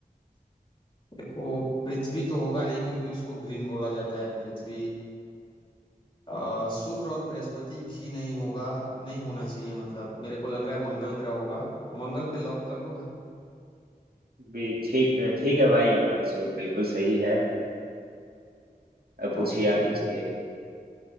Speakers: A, on the left (about 30°); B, on the right (about 70°).
A: देखो पृथ्वी तो होगा नहीं क्योंकि उसको ग्रीन बोला जाता है पृथ्वी अ, शुक्र और बृहस्पति भी नहीं होगा नहीं होना चाहिए मतलब मेरे को लग रहा है मंगल ग्रह होगा तो मंगल पे लॉक कर दो भाई
B: भी ठीक ठीक है भाई आपका आंसर बिल्कुल सही है अब पूछिए
A: ओके
B: आप पूछिए